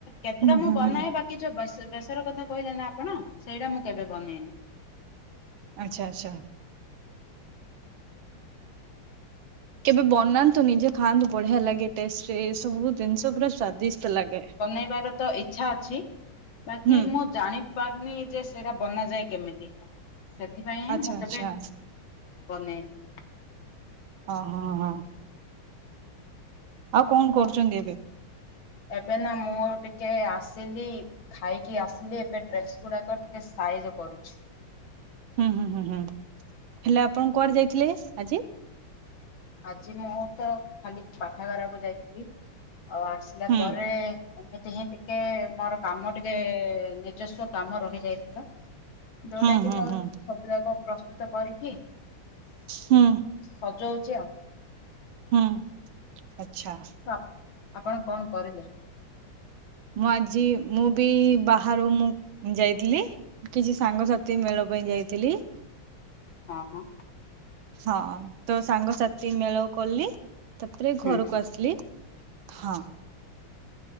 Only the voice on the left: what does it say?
କେତେଟା
ମୁଁ
ବନାଏ
ବାକି ଯୋଉ ବସ ବେସର କଥା କହିଲେ ନା ଆପଣ ସେଇଟା ମୁଁ କେବେ ବନେଇନି।
ଖାଇବାର ତ ଇଚ୍ଛା ଅଛି। ବାକି
ମୁଁ ଜାଣି ପାରୁନି ଯେ ସେଡା ବନାଯାଏ କେମିତି। ସେଥିପାଇଁଁ
ମୁଁ
କେବେ ବନେଇନି।
ଏବେ ନା ମୁଁ ଟିକେ ଆସିଲି ଖାଇକି ଆସିଲି ଏବେ ଡ୍ରେସଗୁଡାକ ଟିକେ ସାଇଜି କରୁଛି।
ଆଜି ମୁଁ ତ ଖାଲି ପାଠାଗାରାକୁ ଯାଇଥିଲି ଆଉ ଆସିଲା
ପରେ ଏମିତି ହିଁ ଟିକେ ମୋର କାମ ଟିକେ ନିଜସ୍ୱ କାମ ରହିଯାଇଥିଲା। ଯୋଉଟା
କି
ମୁଁ
ସବୁଯାକ ପ୍ରସ୍ତୁତ କରିକି
ସଜୋଉଚି ଆଉ।
ତ ଆ ଆପଣ କଣ କରିଲେ?
ହଁ ହଁ।
ହୁଁ